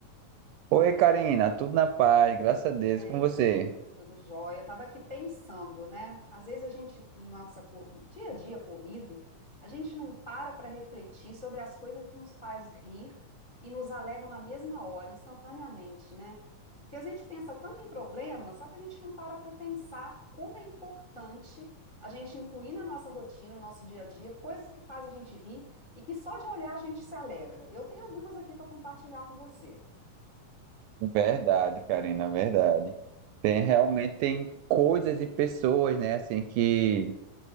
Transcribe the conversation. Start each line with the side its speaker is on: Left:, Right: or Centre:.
Right: Oi, Karina, tudo na paz, graças
Left: Tudo
Right: a
Left: bem,
Right: Deus, e com você.
Left: meu amigo? Tudo jóia. Eu estava aqui pensando, né? Às vezes a gente, nossa, cor- dia a dia corrido, a gente não para para refletir sobre as coisas que nos faz rir e nos alegram na mesma hora, instantaneamente, né? Porque a gente pensa tanto em problema, só que a gente não para para pensar como é importante a gente incluir na nossa rotina, no nosso dia a dia, coisas que fazem a gente rir e que só de olhar a gente se alegra. Eu tenho algumas aqui para compartilhar com você.
Right: Verdade, Karina, verdade. Tem realmente tem coisas e pessoas, né, assim que